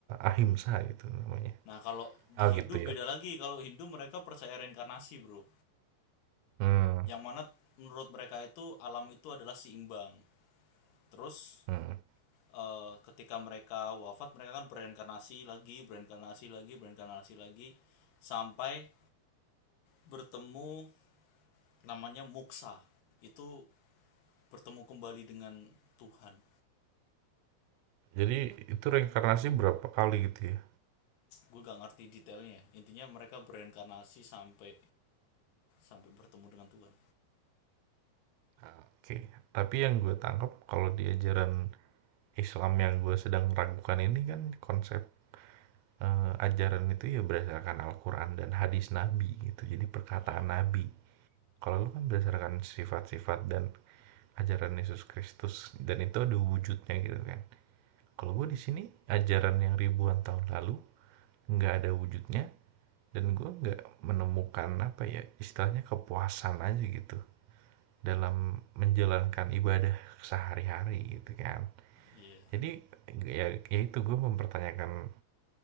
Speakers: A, on the right; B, on the left.
A: ahimsa itu namanya.
B: nah kalau di
A: Ah
B: Hindu
A: gitu
B: beda
A: ya.
B: lagi kalau Hindu mereka percaya reinkarnasi bro
A: Hmm,
B: yang mana menurut mereka itu alam itu adalah seimbang. Terus
A: hmm.
B: eh, ketika mereka wafat mereka kan bereinkarnasi lagi, bereinkarnasi lagi, bereinkarnasi lagi sampai bertemu namanya muksa. Itu bertemu kembali dengan Tuhan.
A: Jadi itu reinkarnasi berapa kali gitu ya?
B: Gue gak ngerti detailnya. Intinya mereka bereinkarnasi sampai sampai bertemu dengan Tuhan.
A: Oke. Tapi yang gue tangkap kalau di ajaran Islam yang gue sedang ragukan ini kan konsep eh, ajaran itu ya berdasarkan Al-Quran dan hadis Nabi gitu. Jadi perkataan
B: Oh, iya. oh,
A: Nabi Kalau lu kan berdasarkan sifat-sifat dan ajaran Yesus Kristus dan itu ada wujudnya gitu kan. Kalau gue di sini ajaran yang ribuan tahun lalu nggak ada wujudnya dan gue nggak menemukan apa ya istilahnya kepuasan aja gitu dalam menjalankan ibadah sehari-hari gitu kan.
B: iya.
A: Jadi ya, ya itu gue mempertanyakan